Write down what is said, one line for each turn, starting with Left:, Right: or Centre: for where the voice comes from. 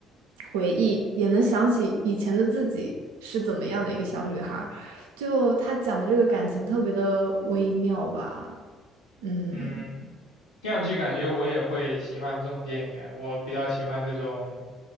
Right: 回忆，也能想起以前的自己是怎么样的一个小女孩。就他讲的这个感情特别的微妙吧，嗯，
Left: 嗯，听上去感觉我也会喜欢这种电影，我比较喜欢这种。